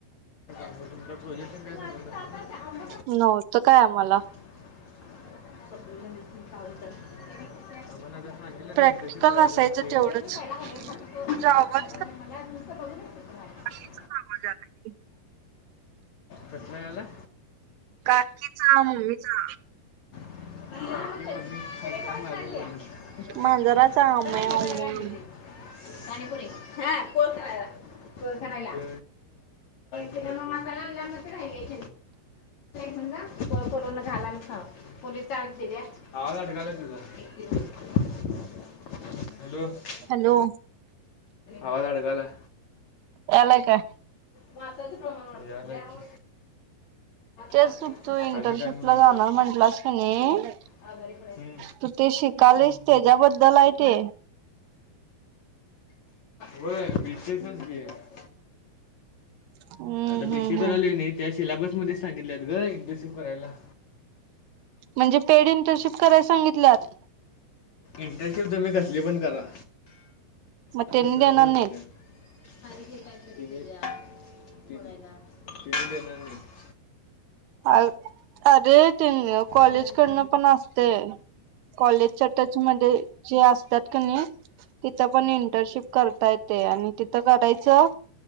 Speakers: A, on the left; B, on the right.
A: स तु प्रोजेक्ट काय झा
B: नव्हतं काय आम्हाला.
A: <unintelligible> ांग
B: प्रॅक्टिकल
A: इंटरेस्ट
B: असायचं तेवढंच तुझा
A: प्रायझध्ये.
B: आवाज ल <unintelligible>
A: कनाला.
B: काकीचा मम्मीचा.
A: <unintelligible> का
B: मांजराचा म्याव
A: हे करायला
B: म्याव
A: ते पाणीपुरी. हा कोलखाला कोलखणाला. आणि ति मग मसा लावल्याब रायश समजा. त कोरोना घाला ना पोलीसते आवाज अडला तुझ. हॅलो!
B: हॅलो!
A: आवाज अडकाला.
B: याला का.
A: वाातचे प्रमाण वात
B: तेच
A: वाढतंय.
B: तू इंटर्नशिप
A: आणि काय म्हणून
B: ला जाणार म्हंटलंस की नाही.
A: आजारी पडायचं.
B: तू तेशी कालेच ते जबतदलाय ते.
A: हो बीटेचच ग-
B: हम्म
A: आता
B: हम्म
A: बीसी करायलय
B: हम्म.
A: नाही त्या सिलाबसमध्येध्येच सांगितल्यात ग इंटर्नशिप करायला.
B: म्हणजे पेड इंटर्नशिप कराय सांगितल्यात.
A: इंटरश्यव तमही कसली पण करा.
B: मतेंद
A: असं सहज
B: द्या
A: सहज
B: नने.
A: म्हणलं <unintelligible>
B: अ अरे ते कॉलेज
A: सगळ्यांना
B: करनं पण असते. कॉलेजच्या टच मध्ये जे असतात क नाही. तिथं पण इंटर्नशिप करता येते आणि तिथं करायचं.